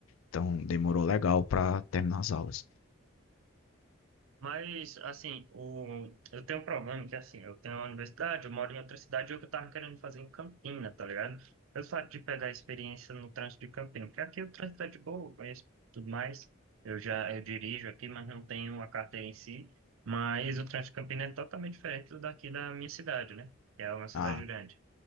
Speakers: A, on the left (about 75°); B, on the right (about 80°).
A: Então demorou legal pra terminar as aulas.
B: Mas, assim, o... eu tenho um problema que, assim, eu tenho uma universidade, eu moro em outra cidade, e o que eu tava querendo fazer em Campina, tá ligado? Eu fato de pegar experiência no trânsito de Campina, porque aqui o trânsito é de boa, eu conheço tudo mais, eu já eu dirijo aqui, mas não tenho a carteira em si, mas o trânsito de Campina é totalmente diferente do daqui da minha cidade, né? Que é uma cidade
A: Ah,
B: grande.